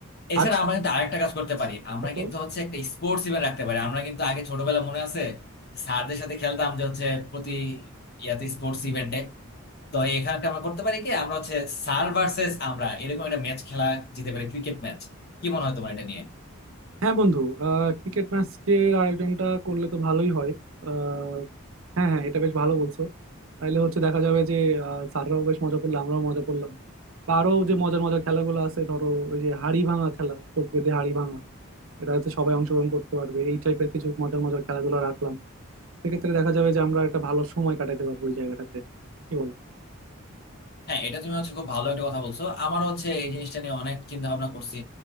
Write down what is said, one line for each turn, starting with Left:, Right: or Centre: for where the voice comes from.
Left: এছাড়া
Right: আর
Left: আমরা কিন্তু আরেকটা কাজ করতে পারি আমরা
Right: ছোট
Left: কিন্তু হচ্ছে একটা স্পোর্টস ইভেন্ট রাখতে পারি আমরা কিন্তু আগে ছোটবেলা মনে আছে স্যারদের সাথে খেলতাম যে হচ্ছে প্রতি ইয়াতে স্পোর্টস ইভেন্টে তো এখানে একটা আমরা করতে পারি কি আমরা হচ্ছে স্যার ভার্সেস আমরা এরকম একটা ম্যাচ খেলা যেতে পারি ক্রিকেট ম্যাচ কি মনে হয় তোমার এটা নিয়ে
Right: হ্যাঁ বন্ধু আহ ক্রিকেট ম্যাচের আয়োজনটা করলে তো ভালোই হয় আহ, হ্যাঁ হ্যাঁ এটা বেশ ভালো বলছো তাহলে হচ্ছে দেখা যাবে যে আহ, স্যাররাও বেশ মজা করলো আমরাও মজা করলাম বা আরো যে মজার মজার খেলাগুলো আছে ধরো ওই যে হাড়ি ভাঙা খেলা চোখ বেঁধে হাড়ি ভাঙা এটা হচ্ছে সবাই অংশগ্রহণ করতে পারবে এই টাইপের কিছু মজার মজার খেলাধুলা রাখলাম সেক্ষেত্রে দেখা যাবে যে আমরা একটা ভালো সময় কাটাতে পারবো ওই জায়গাটাতে কি বলো
Left: হ্যাঁ এটা তুমি হচ্ছে খুব ভালো একটা কথা বলছো আমার হচ্ছে এই জিনিসটা নিয়ে অনেক চিন্তা ভাবনা করছি